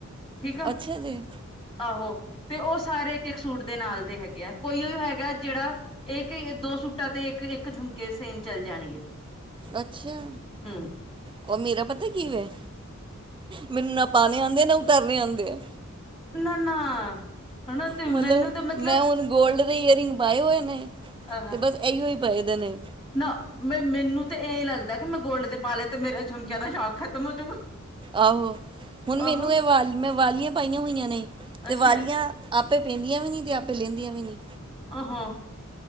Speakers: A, on the left; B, on the right.
A: ਠੀਕ ਆ
B: ਅੱਛਾ ਜੀ
A: ਆਹੋ ਤੇ ਉਹ ਸਾਰੇ ਇੱਕ ਇੱਕ ਸੂਟ ਦੇ ਨਾਲ ਦੇ ਹੈਗੇ ਆ ਕੋਈ ਉਹ ਹੈਗਾ ਜਿਹੜਾ ਇੱਕ ਦੋ ਸੂਟਾਂ ਤੇ ਇੱਕ ਇੱਕ ਝੁਮਕੇ ਸੇਮ ਚੱਲ ਜਾਣਗੇ
B: ਅੱਛਾ
A: ਹੂੰ
B: ਉਹ ਮੇਰਾ ਪਤਾ ਕਿਵੇ ਮੈਨੂੰ ਨਾ ਪਾਉਣੇ ਆਉਂਦੇ ਆ ਨਾ ਉਤਰਨੇ ਆਉਂਦੇ ਆ
A: ਨਾ ਨਾ ਹਨ ਨਾ ਤੇ
B: ਮਤਲਬ
A: ਮੈਨੂੰ ਤੇ ਮਤਲਬ
B: ਮੈਂ ਹੁਣ ਦੇ ਇਅਰਿੰਗ ਪਾਏ ਹੋਏ ਨ
A: ਆਹ
B: ਤੇ ਬਸ ਇਹੀਓ ਹੀ ਪਏ ਦੇ ਨੇ
A: ਨਾ ਮੈਂ ਮੈਨੂੰ ਤੇ ਹੀ ਲੱਗਦਾ ਕਿ ਮੈਂ ਗੋਲਡ ਦੇ ਪਾਲੇ ਤੇ ਮੇਰਾ ਝੁਮਕਿਆਂ ਦਾ ਸ਼ੌਂਕ ਖਤਮ ਹੋਜੂਗਾ
B: ਆਹੋ ਹੁਣ ਮੈਨੂੰ
A: ਆਹਾਂ
B: ਇਹ ਵਾਲ ਮੈਂ ਵਾਲੀਆਂ ਪਾਈਆਂ ਹੋਈਆਂ ਨੇ ਤੇ
A: ਅੱਛਾ
B: ਵਾਲੀਆਂ ਆਪੇ ਪੈਂਦੀਆਂ ਵੀ ਨੀ ਤੇ ਆਪੇ ਲੈਂਦੀਆਂ ਵੀ ਨੀ
A: ਹਾਂ